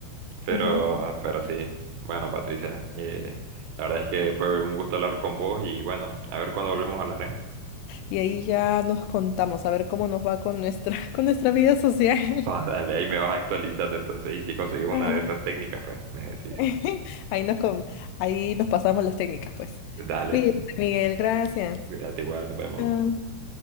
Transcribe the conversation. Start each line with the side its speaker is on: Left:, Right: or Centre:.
Right: Pero,
Left: Ujú.
Right: pero sí. Bueno, Patricia, eh, la verdad es que fue un gusto hablar con vos y bueno, a ver cuándo volvemos a hablar, ¿eh?
Left: Y ahí ya nos contamos a ver cómo nos va con nuestra, <laughs> con nuestra vida social.
Right: Va, dale, ahí me vas actualizando entonces. Y si conseguís una
Left: Vale.
Right: de esas técnicas, pues me decís.
Left: <laughs> Ahí nos, com- ahí nos pasamos las técnicas, pues.
Right: Dale,
Left: Cuídate, Miguel, gracias.
Right: cuídate igual, nos vemos.
Left: Chao.